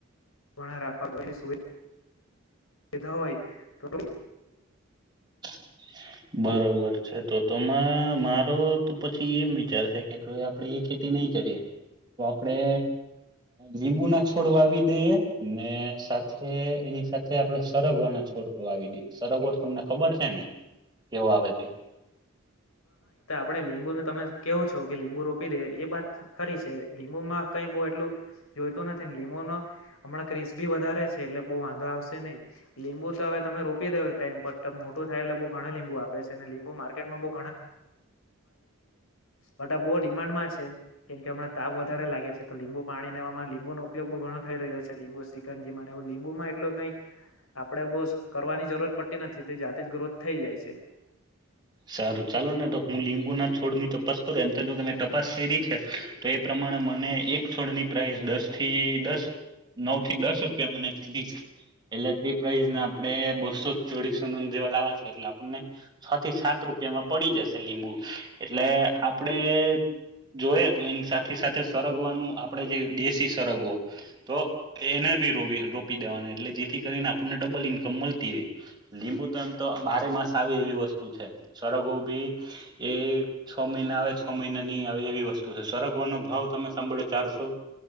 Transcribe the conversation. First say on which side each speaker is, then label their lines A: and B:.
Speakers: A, on the left; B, on the right.
A: ઘણા રાખવા <unintelligible> ભેધા હોય તો.
B: <unintelligible> બરોબર છે, તો તોમાં મારો તો પછી એમ વિચારશે કે જો આપડે એ ખેતી નહી. કરીએ તો આપણે. લીંબુ ના છોડ વાવી દઈએ ને સાથે એની સાથે આપડે સરગવા ના છોડ વા આવી દ સરગવર તમને ખબર છે ને કેવો આવે તે.
A: આપણે લીંબુને તમે કહવો છો કે લીંબુ રોપી દે એ બાત ખરી છે. લીંબુમાં કઈ બઉ એટલું જોઈતું નથી ને લીંબુ ન હમણાં ક્રિસ્ બી વધારે છે એટલે બહુ વાંધો આવશે નહી લીંબુ તો હવે તમે રોપી દઉ એક ટાઈમ પર તો મોટું થાય એટલે બઉ ઘણા લીંબુ આપે અને લીંબુ માર્કેટમાં બઉુ વટા બહુ ડિમાન્ડમાં છે કેમ કે હમણા તાપ વધારે લાગે છે તો લીંબુ પાણી એવામાં લીંબુ નો ઉપયોગ બહ ઘણો થઈ રહ્યો છે લીંબ સકનજી મને એવું લીબૂ મા એટલું કઈ આપડે બહ કરવાની જરૂરત પડતી નથી તે જાતે જ ગ્રોથ થઈ જાય છે.
B: સારું ચાલો ને તો હું લીંબુના છોડની તપાસ કરું એમ તો જો કે મેં તપાસ કરી છે તો એ પ્રમાણે મને એક છોડની પ્રાઇસ દસ થી દસ નવ થી દસ રૂપિયા મને કીદી છે. એટલે તે પ્રાઈઝને આપડે બસો ચોળસો નો જેવા લાવવા છે એટલે આપણને છ થી સાત રૂપિયા એમાં પડી જશે લીંબુ એટલે આપડે જોય તો એની સાથે સાથે સરગવાનું આપડે જે દેશી સરગવો તો એને ભી રો રોપી દેવાના એટલે જે કરીને આપણને ડબલ ઇન્મ મળતી રહી લીંબુ ત તો બારે માસ આવે એવી વસ્તુ છે. સડપ બો બી એ છ મહિના આવે છ મહિના નહી આવે એવી વસ્તુ છે સરગવા નો ભાવ તમે સાંભળે ચારસો